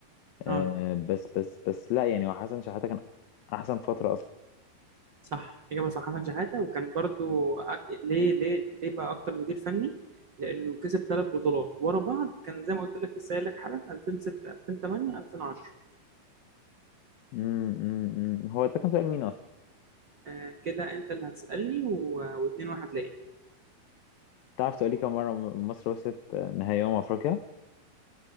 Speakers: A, on the right (about 75°); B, on the left (about 75°).
A: اه
B: أه بس بس بس لا يعني هو حسن شحاتة كان احسن فتره اصلا
A: صح إجابة صح حسن شحاتة وكان برضو أك... ليه ليه ليه بقى أكتر مدير فني؟ لأنه كسب ثلاث بطولات ورا بعض كان زي ما قلت لك لسه قايل لك حالا 2006 2008 2010
B: امم أمم. هو ده كان سؤال مين اصلا
A: آه كده أنت اللي هتسألني و... واتنين واحد ليا
B: تعرف تقولي كم مره م- مصر وصلت آه، نهائي امم افريقيا